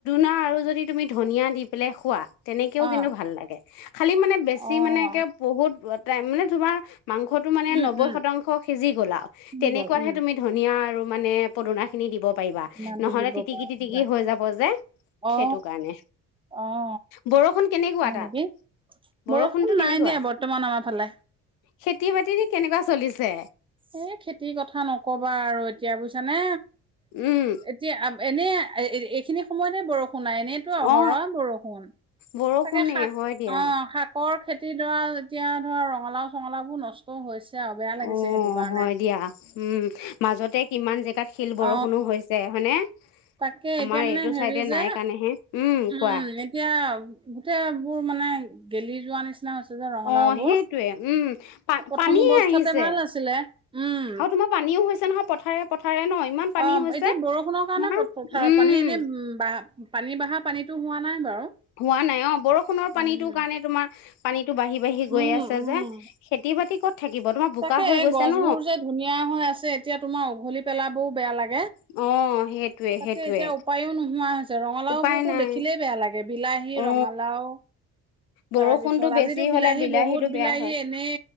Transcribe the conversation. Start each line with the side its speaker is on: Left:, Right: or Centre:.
Left: পনা আৰু যদি তুমি ধনিয়া দি পেলাই খোৱা তেনেকৈও
Right: অ',
Left: কিন্তু ভাল লাগে খালি মানে বেছি
Right: অ',
Left: মানে কে বহুত মানে তোমাৰ মাংসটো মানে
Right: উম,
Left: নব্বৈ
Right: উম,
Left: শতাংশ সিজি গল আৰু
Right: দি
Left: তেনেকোৱাতহে
Right: গ'ল উম,
Left: তুমি ধনিয়া আৰু মানে পদুনা খিনি দিব পাৰিবা
Right: ইমানটো
Left: নহলে
Right: দিব
Left: তিটিকি
Right: পৰা
Left: তিটিকি
Right: কিবা
Left: হৈ যাব যে।
Right: অ
Left: সেইটো কাৰণে
Right: অহ
Left: বৰষুণ কেনেকুৱা
Right: হয়
Left: তাত
Right: নেকি
Left: বৰষুণটো
Right: বৰষুণ
Left: কেনেকুৱা
Right: নাই দিয়া বৰ্তমান আমাৰ ফালে।
Left: খেতি বাতি দি কেনেকোৱা চলিছে?
Right: এ খেতিৰ কথা নকবা আৰু। কিয় বুইছা নে
Left: উম
Right: এতিয়া এনে এইখিনি সময়তে বৰষুণ শুনাই ন তো অহৰহ
Left: অ
Right: বৰষুণ,
Left: বৰষুণে
Right: তাকে শাক
Left: হয় দিয়া
Right: অ শাকৰ খেতি ধৰা এতিয়া ধৰা ৰঙালাও চঙলাও বোৰ নষ্ট হৈছে আৰু বেয়া লাগিছে
Left: অ
Right: সেইটো, কাৰণে
Left: হয় দিয়া, উম মাজতে কিমান জেগাত শিল
Right: অ',
Left: বৰষুণো হৈছে হয়নে?
Right: তাকে
Left: আমাৰ
Right: এতিয়া মানে
Left: এইটো
Right: হেৰি
Left: চাইডে
Right: যে
Left: নাই কাৰণেহে
Right: উম
Left: কোৱা
Right: এতিয়া গোটেই বোৰ মানে গেলি যোৱা নিচি না হৈছে যে ৰঙালাও
Left: অ
Right: বোৰ,
Left: সেইটোৱে উম পা
Right: প্ৰথম
Left: পানীয়ে
Right: অৱস্থাতে
Left: আহিছে
Right: ভাল আছিলে উম
Left: আৰু তোমাৰ পানীও হৈছে নহয় পথাৰে পথাৰে ন ইমান পানী
Right: অ
Left: হৈছে
Right: এতিয়া বৰষুণৰ
Left: তোমাৰ
Right: কাৰণে পথাৰত
Left: উম
Right: পানী এনে উ পানী বঢ়া পানীতো হোৱা নাই বাৰু।
Left: হোৱা নাই অ বৰষুণৰ পানীটো
Right: উম,
Left: কাৰণে তোমাৰ পানীটো বাঢ়ি বাঢ়ি
Right: উম,
Left: গৈ আছে
Right: উম।
Left: যে খেতি বাতি কত থাকিব তোমাৰ বোকা
Right: তাকে
Left: হৈ গৈছে
Right: গছ
Left: ন
Right: বোৰ যে ধুনীয়া হৈ আছে এতিয়া তোমাৰ উঘলি পেলাবোও বেয়া লাগে
Left: অ সেইটোৱে
Right: তাকে
Left: সেইটোৱে
Right: এতিয়া উপায়ো নোহোৱা হৈছে ৰঙালাও
Left: উপায়
Right: বোৰতো
Left: নাই
Right: দেখিলেই বেয়া লাগে বিলাহী,
Left: অ
Right: ৰঙালাও
Left: বৰষুণতো
Right: তাৰপিছত
Left: বেছি
Right: আজিতো বিলাহী
Left: হলে বিলাহীটো
Right: বহুত বিলাহী
Left: বেয়া হয়
Right: এনেই